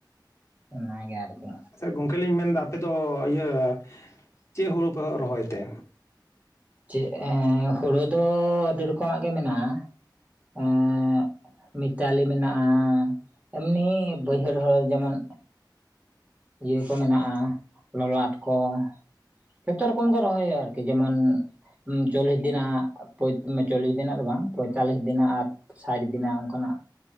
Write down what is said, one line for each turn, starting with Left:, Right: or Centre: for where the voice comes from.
Right: ᱚᱱᱟᱜᱮ ᱟᱨᱠᱤ᱾
Left: ᱥᱮ ᱜᱚᱝᱠᱮ ᱞᱤᱧ ᱢᱮᱱᱫᱟ ᱟᱯᱮᱫᱚ ᱤᱭᱟᱹ ᱪᱮᱫ ᱦᱩᱲᱩ ᱯᱮ ᱨᱚᱦᱚᱭ ᱛᱮ?
Right: ᱪᱮᱫ ᱦᱮᱸ ᱦᱳᱲᱳ ᱫᱚ ᱟᱹᱰᱤ ᱨᱚᱠᱚᱢᱟᱜ ᱜᱮ ᱢᱮᱱᱟᱜᱼᱟ, ᱮᱸᱜ ᱢᱤᱛᱟᱞᱤ ᱢᱮᱱᱟᱜᱼᱟ ᱮᱢᱱᱤ ᱵᱟᱹᱭᱦᱟᱹᱲ ᱦᱚᱲᱳ ᱡᱮᱢᱚᱱ ᱤᱭᱟᱹ ᱠᱚ ᱢᱮᱱᱟᱜᱼᱟ ᱞᱚᱞᱟᱴ ᱠᱚ᱾ ᱡᱷᱚᱛᱚ ᱨᱚᱠᱚᱢ ᱜᱮ ᱨᱚᱦᱚᱭᱼᱟ ᱟᱨᱠᱤ ᱡᱮᱢᱚᱱ ᱩᱸ ᱪᱚᱞᱞᱤᱥ ᱫᱤᱱᱟᱜ ᱯᱚᱸᱭ ᱪᱚᱞᱞᱤᱥ ᱫᱤᱱᱟᱜ ᱫᱚ ᱵᱟᱝ ᱯᱚᱸᱭᱛᱟᱞᱞᱤᱥ ᱫᱤᱱᱟᱜ ᱟᱨ ᱥᱟᱴ ᱫᱤᱱᱟᱜ ᱚᱝᱠᱟᱱᱟᱜ